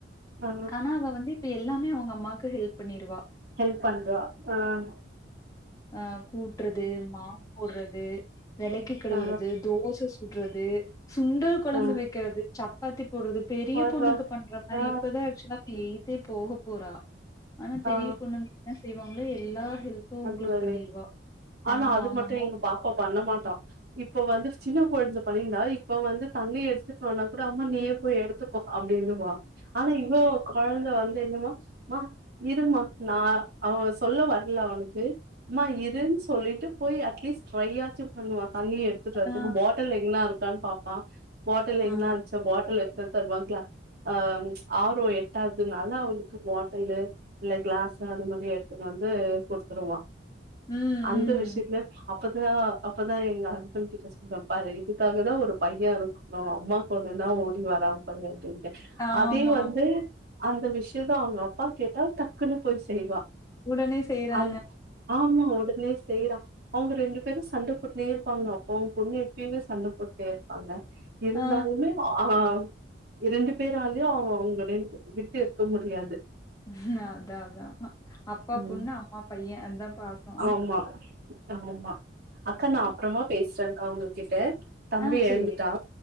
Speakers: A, on the right (about 55°); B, on the left (about 20°).
A: ஆ
B: ஆனா அவ வந்து இப்ப எல்லாமே அவங்க அம்மாக்கு ஹெல்ப் பண்ணிருவா
A: ஹெல்ப் பண்றா ஆஹ்
B: அஹ் கூட்றது மாப் போட்றது விளக்கி கழுவுறது
A: ஆ
B: தோச சு சுட்றது சுண்டல் கொழம்பு
A: ஆ
B: வைக்கிறது சப் <unintelligible> சொல்றது பெரிய
A: பார்றா
B: பொண்ணுக்கு பண்ற மாரி
A: ஆ
B: இப்பதா ஆக்சுவலா அவ எய்த்தே போக போறா ஆனா பெரிய
A: ஆ
B: பொண்ணுங்க செய்வாங்களே எல்லா ஹெல்ப்பு
A: அஞ்சுவதே
B: உங்களுக்கு பண்ணிருவா
A: ஆனா
B: ஆமா
A: அது
B: அவங்க
A: மட்டு
B: அம்மா
A: எங்க பாப்பா பண்ண மாட்டா இப் இப்போ வந்து சின்ன பொண்ணு பண்ணிந்தா இப்ப வந்து தண்ணி எடுத்துட்டு வானாக் கூட அம்மா நீயே போய் எடுத்துக்கோ அப்டின்னுப ஆனா இவ கொழந்த வந்து என்னமா ம்மா இருமா நா அவ சொல்ல வரல அவனுக்கு க்கு அம்மா எதுன்னு சொல்லிட்டு போய் அட்லீஸ்ட் ட்ரை ஆச்சு பண்ணுவாங்க தண்ணி எத்துட்டு வர்றதுக்கு
B: ஆ
A: பாட்டில் எங்கனா இருக் கண் பாப்பா பாட்டல் எங்கல்லா
B: ஆ
A: வெச்ச பாட்டலு தத் தருவாங்களா அஹ ஆரோ எட்டாவதுனால அவனுக்கு பாட்டலு இல்ல கிளாஸ் அது மாரி எடுத்துன்னு வந்துடு குடுத் த்ருவா
B: ம்
A: அந்த
B: ம்
A: விஷயத்துல அப்ப அதான் அப்பதான் எங்க ஹஸ்பண்ட் கிட்ட சொல்ற பாரு இதுக்காக தான் ஒரு பையன் இருக்கணும் அம்மாக்கு ஒண்ணுனா ஓடி வரா பாரு அப்பிடின்னு
B: ஆமா
A: அதே வந்து அந்த விஷயத்த அவங்க அப்பா கேட்டா டக்குன்னு போய் செய்வா
B: உடனே செய்யறா
A: அந் ஆமா உடனே செய்யறா அவங்க ரெண்டு பேரும் சண்டை போட்டுனே இருப்பாங்க அப்பாவு பொண்ணு எப்பயுமே சண்டை போட்டுடே இருப்பாங்க இருந்தாலுமே
B: ஆ
A: ஆஹா இரண்டு பேராலயு அவ அவங்களட வி விட்டு இருக்க முடியாது
B: ஹம் அதா அதா அப்பா
A: ம்
B: பொண்ணா அம்மா பைய அந்த பாசோ
A: ஆமா ஆமா அக்கா நான் அப்பறமா பேசறேகா உங்ககிட்ட தம்பி
B: ஆ செரி
A: எழுந்துட்டா